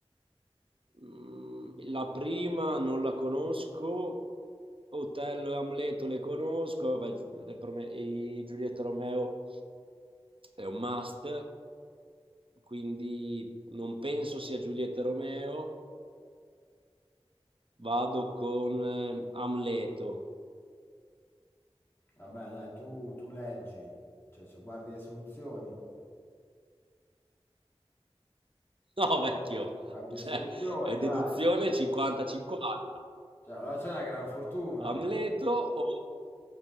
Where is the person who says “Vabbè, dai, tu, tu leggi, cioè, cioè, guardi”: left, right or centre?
Left